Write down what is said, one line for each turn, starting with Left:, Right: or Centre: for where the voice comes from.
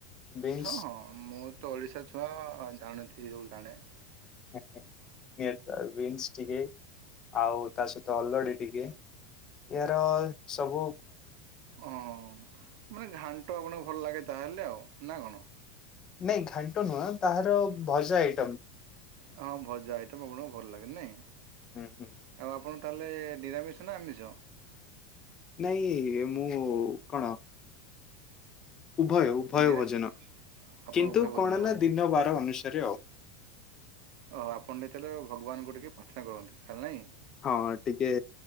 Left: ବିନ୍ସ
Right: ହଁ ହଁ ମୁଁ ତ ଓଡିଶା ଛୁଆ ହଁଁ ଜାଣଥିଲ ସୋଉ ଜାଣେ <inaudible>
Left: ଆ <inaudible> ନିହାତି ଭାବେ ବିନ୍ସ ଟିକେ ଆଉ ତା ସହିତ ଅଲଡ଼ି ଟିକେ ଏହାର ସବୁ
Right: ଓ ହ ମାନେ ଘାଣ୍ଟ ଆପଣଙ୍କୁ ଭଲ ଲାଗେ ତାହେଲେ ନା କଣ?
Left: ନାଇଁ ଘାଣ୍ଟ ନୁହଁ ତାହାର ଭଜା ଏଠ
Right: ହଁ ଭଜା ଆଇଟମ୍ ଆପଣଙ୍କୁ ଭଲ ଲାଗେ ନାହିଁ
Left: ହୁଁ ହୁଁ।
Right: ଆଉ ଆପଣ ତାହେଲେ ନିରାମିଶ ନା ଆମିଷ?
Left: ନାଇଁ ମୁଁ କଣ? ଉଭୟ ଉଭୟ
Right: ନିରା
Left: ଭୋଜନ
Right: ଆପଣ
Left: କିନ୍ତୁ
Right: ଉଭୟ ଭୋଜନ
Left: କଣ
Right: କରନ୍ତି
Left: ନା ଦିନ ବାର ଅନୁସାରେ ଆଉ
Right: ଓ ଆପଣ ଯେତେବେଲେ ଭଗବାନଙ୍କୁ ଟିକେ ପ୍ରାର୍ଥନା କରନ୍ତି ତାହେଲେ ନାହିଁ
Left: ହଁ ଟିକେ